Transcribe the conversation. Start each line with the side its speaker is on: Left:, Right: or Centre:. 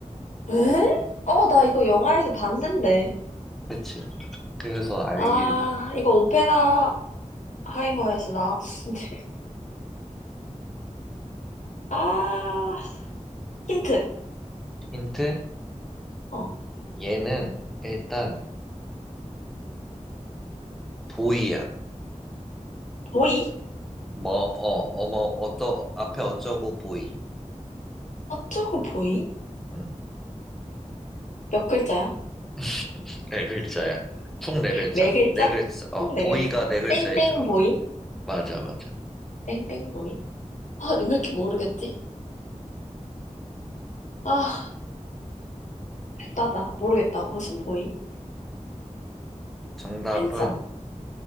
Left: 에? 어, 나 이거 영화에서 봤는데.
Centre: 그치. 그래서 알기
Left: 아, 이거 오펜하이머에서 나왔는데. <laughs> 아, 힌트.
Centre: 힌트?
Left: 어,
Centre: 얘는 일단 보이야.
Left: 보이?
Centre: 뭐, 어, 어머, 어떠, 앞에 어쩌고 보이.
Left: 어쩌고 보이?
Centre: 음.
Left: 몇 글자야?
Centre: <laughs> 네 글자야. 총 네 글자.
Left: 네 글자?
Centre: 네 글자. 어,
Left: 총 네
Centre: 보이가
Left: 글자.
Centre: 네 글자에
Left: 땡땡
Centre: 들어가.
Left: 보이?
Centre: 맞아, 맞아.
Left: 땡땡 보이? 아, 왜 이렇게 모르겠지? 아, 됐다다. 모르겠다. 무슨 보이?
Centre: 정답은,
Left: 핸섬?